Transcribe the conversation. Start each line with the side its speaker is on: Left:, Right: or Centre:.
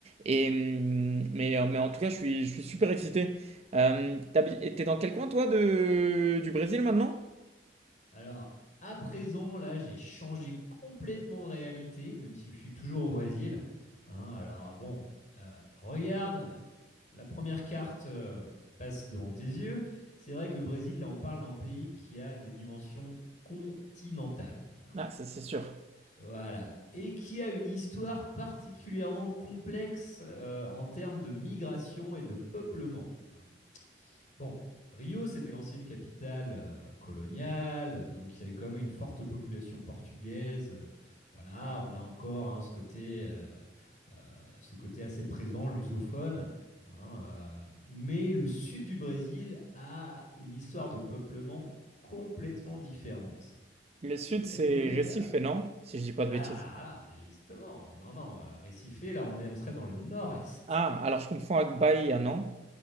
Right: Et, hum, mais, euh, mais en tout cas, je suis, je suis super excité. Euh, t'habi- et T'es dans quel coin, toi, de, du Brésil maintenant?
Left: Alors, à présent, là, j'ai changé complètement de réalité, même si je suis toujours au Brésil. Hein, alors, bon, euh, regarde euh, la première carte euh, qui passe devant tes yeux. C'est vrai que le Brésil, là, on parle d'un pays qui a des dimensions continentales. hein.
Right: Ah, ça, c'est sûr.
Left: Voilà. Et qui a une histoire particulièrement complexe euh, en termes de migration et de peuplement. hein. Bon, Rio, c'était l'ancienne capitale euh, coloniale, donc il y a eu quand même une forte population portugaise. euh, voilà, on a encore hein, ce côté, euh, euh, ce côté assez présent, lusophone. hein, euh, mais le sud du Brésil a une histoire de peuplement complètement différente.
Right: Le
Left: C'est-à-dire,
Right: sud, c'est Recife, non? Si je dis pas de
Left: alors,
Right: bêtises.
Left: alors, alors, justement, non, non, euh, Recife, là, on est, on serait dans le nord-est.
Right: Ah, alors je confonds avec Bahia, non?